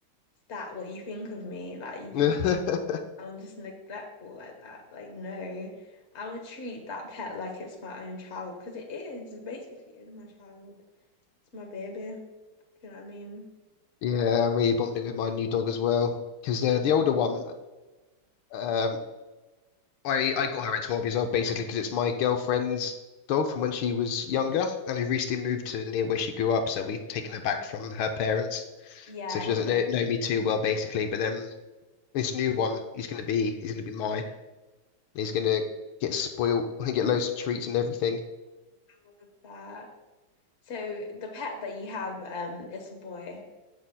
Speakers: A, on the left; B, on the left.
A: is that what you think of me? Like, you just
B: <laughs>
A: think I'm just neglectful like that? Like, no, I'm gonna treat that pet like it's my own child because it is basically it's my child. It's my baby. Do you know what I mean?"
B: Yeah, I'm really bonding with my new dog as well because uh, the
A: Um,
B: older one, um, I I got her at 12 years old basically because it's my girlfriend's dog from when she was younger, and we recently moved to near where she grew up, so we've taken her back from her parents.
A: yeah,
B: So she doesn't
A: yeah,
B: know, know me too well, basically. But then this new one, he's gonna be he's gonna be mine. He's gonna get spoiled and <laughs> get loads of treats and everything.
A: I love that. So the pet that you have, um, is a boy.